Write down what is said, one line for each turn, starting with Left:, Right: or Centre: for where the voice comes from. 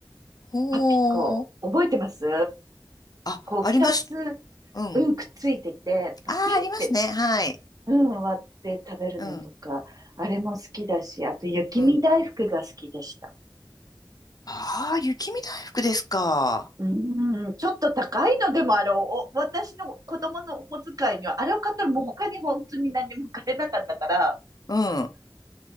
Left: ほー。
Right: パピコ、覚えてます
Left: あ、
Right: こう、
Left: ありました。
Right: 二つ、
Left: うん。
Right: うんくっついてて、パキンって、
Left: ああ、ありますね。はい。
Right: うん、割って食べるのとか、
Left: うん。
Right: あれも好きだし、あと、雪見大福が好きでした。
Left: うん。ああ、雪見大福ですか。
Right: うーん、ちょっと高いのでもあれを、お私の子供のお小遣いには、あれを買ったらもう他に本当に何も買えなかったから、
Left: うん。う